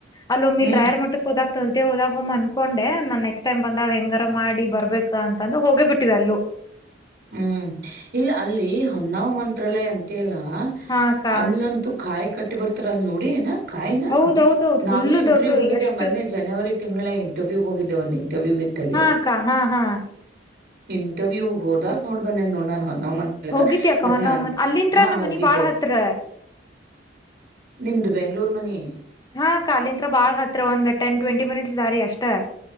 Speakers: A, on the left (about 20°); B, on the right (about 60°).
A: ಅಲ್ಲಿ ಒಮ್ಮ
B: ಹ್ಮ್
A: ಇಲ್ಲಿ ರಾಯರ್ ಮಠಕ್ಕೆ ಹೋದಾಗ ತರ್ಸ್ಡೇ ಹೋದಾಗ ಒಮ್ಮ್ ಅನ್ಕೊಂಡ. ನಾನ್ ನೆಕ್ಸ್ಟ್ ಟೈಮ್ ಬಂದಾಗ ಹೆಂಗಾರ ಮಾಡಿ ಬರ್ಬೇಕ ಅಂತಂದ ಹೋಗೇ ಬಿಟ್ಟಿವ ಅಲ್ಲು.
B: ಹ್ಮ್ ಇಲ್ಲ ಅಲ್ಲಿ ಹೊನ್ನಾವ ಮಂತ್ರಾಲಯ ಅಂತ ಅಲ್ಲ
A: ಹಾ ಅಕ್ಕ
B: ಅಲ್ಲಂತು. ಕಾಯಿ ಕಟ್ಟಿ ಬರ್ತಾರ ಅಲ್ ನೋಡಿ ಏನ ಕಾಯಿನ
A: ಹೌದೌದೌದ್
B: ನಾನು
A: ಫುಲ್ಲು
B: ಇಂಟರ್ವ್ಯೂ
A: ದೊಡ್ಡ
B: ಹೋಗಿದ್ದೆ
A: ಎಷ್ಟು
B: ಮೊನ್ನೆ ಜನವರಿ ತಿಂಗಳ ಇಂಟರ್ವ್ಯೂ ಹೋಗಿದ್ದೆ ಒಂದು ಇಂಟರ್ವ್ಯೂವಿತ್ತಲ್ಲೀ.
A: ಹಾ ಅಕ್ಕ ಹಾ ಹಾ
B: ಇಂಟರ್ವ್ಯೂ ಹೋದಾಗ ನೋಡ್ಬಂದೇನ್ ನೋಡ ನಾನ ಹೊಲ <unintelligible>
A: ಹೋಗಿದ್ದೆ ಅಕ್ಕ
B: ಬಟ್
A: ಹೊನ್ನ
B: ನಾನ
A: ಒಮ್ಮನ್ ಅಲ್ಲಿಂತ್ರ
B: ಹಾ
A: ನಮ್
B: ಹೋಗಿದ್ದೆ.
A: ಮನಿ ಬಾಳ್ ಹತ್ರ
B: ನಿಮದ ಬೆಂಗ್ಳೂರು ಮನಿ.
A: ಹಾ ಅಕ್ಕ ಅಲಿತ್ರ ಬಾಳ್ ಹತ್ರ ಒಂದ್ ಟೆನ್ ಟ್ವೆಂಟಿ ಮಿನಿಟ್ಸ್ ದಾರಿ ಅಷ್ಟ.